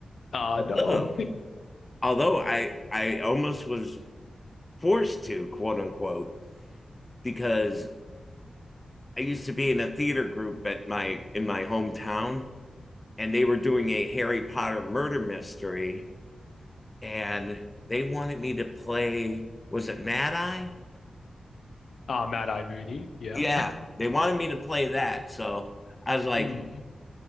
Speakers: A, on the left; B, on the left.
A: Ah,
B: although
A: uh, no.
B: although I I almost was forced to quote unquote because I used to be in a theater group at my in my hometown, and they were doing a Harry Potter murder mystery, and they wanted me to play. Was it Mad Eye?
A: Ah, <laughs> uh, Mad Eye Mooney. Yeah.
B: Yeah, they wanted me to play that. So I was like,
A: Mm.